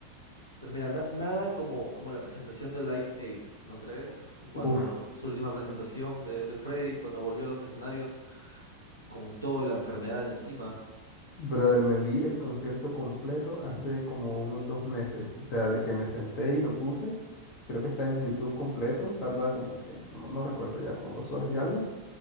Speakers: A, on the left; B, on the left.
A: pero mira, na- nada como, como la presentación de Live Aid, ¿no crees? Cuando
B: uff,
A: su última presentación de, de Freddie cuando volvió a los escenarios con toda la enfermedad encima.
B: brother, me vi el concierto completo hace como unos dos meses, o sea, de que me senté y lo puse, creo que está en YouTube completo, tarda como, ¿qué? No, no recuerdo ya, como dos horas y algo,